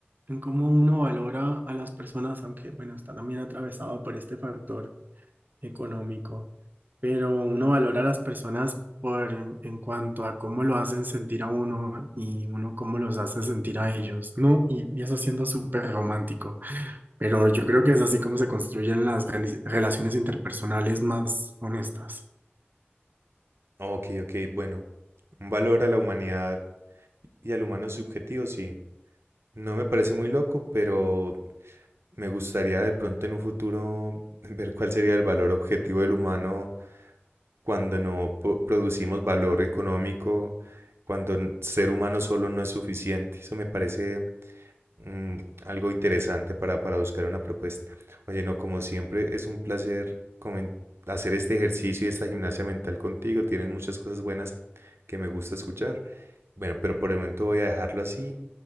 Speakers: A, on the right; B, on the right.
A: en cómo uno valora a las personas, aunque bueno, está también atravesado por este factor económico, pero uno valora a las personas por en cuanto a cómo lo hacen sentir a uno y uno cómo los hace sentir a ellos, ¿no? Y, y eso siendo súper romántico, pero yo creo que es así como se construyen las reli- relaciones interpersonales más honestas.
B: Ok, ok, bueno. Un valor a la humanidad y al humano subjetivo, sí. No me parece muy loco, pero me gustaría de pronto en un futuro ver cuál sería el valor objetivo del humano cuando no po- producimos valor económico, cuando n- ser humano solo no es suficiente. Eso me parece Mm, algo interesante para, para buscar una propuesta. Oye, no, como siempre, es un placer comen- hacer este ejercicio y esta gimnasia mental contigo. Tienes muchas cosas buenas que me gusta escuchar. Bueno, pero por el momento voy a dejarlo así